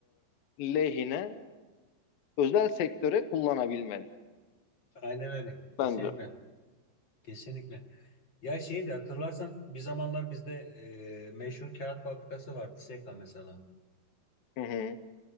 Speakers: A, on the left; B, on the left.
A: e, lehine özel sektöre kullanabilmeli
B: Aynen öyle. Kesinlikle.
A: bence.
B: Kesinlikle. Ya şeyi de hatırlarsan bir zamanlar bizde e, meşhur kağıt fabrikası vardı. SEKA mesela.
A: Hı hı,